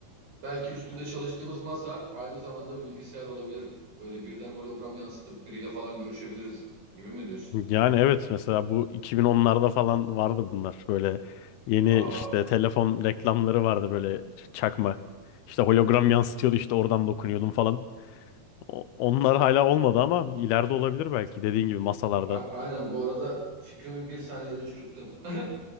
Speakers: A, on the right (about 50°); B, on the left (about 85°).
A: Belki üstünde çalıştığımız masa aynı zamanda bir bilgisayar olabilir. Böyle birden hologram yansıtıp biriyle falan görüşebiliriz gibi mi diyorsun?
B: Yani evet mesela bu 2010'larda falan vardı bunlar. Böyle yeni
A: Aa.
B: işte telefon reklamları vardı böyle çakma. İşte hologram yansıtıyordu işte oradan dokunuyordum falan. O- Onlar hala olmadı ama ileride olabilir belki dediğin gibi masalarda.
A: A- Aynen bu arada fikrimi bir saniyede çürüttün. <laughs>